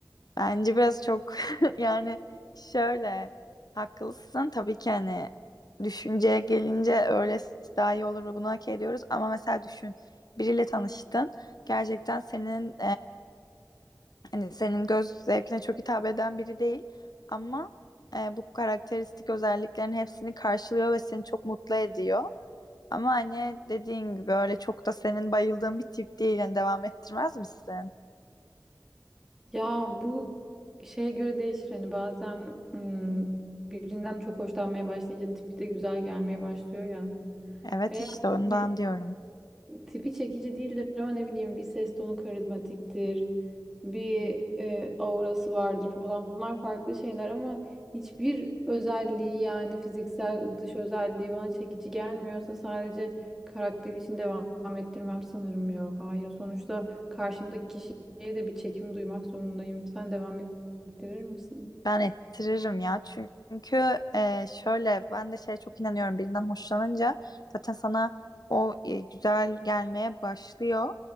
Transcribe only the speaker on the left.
Bence biraz çok <laughs> yani şöyle haklısın tabii ki hani düşünceye gelince öylesi daha iyi olur ve bunu hak ediyoruz. Ama mesela düşün biriyle tanıştın gerçekten senin Hani senin göz zevkine çok hitap eden biri değil ama e, bu karakteristik özelliklerin hepsini karşılıyor ve seni çok mutlu ediyor. Ama hani dediğin gibi öyle çok da senin bayıldığın bir tip değil. Yani devam ettirmez misin?
Evet
işte ondan
diyorum.
Ben ettiririm ya çünkü e, şöyle ben de şeye çok inanıyorum birinden hoşlanınca zaten sana o e, güzel gelmeye başlıyor.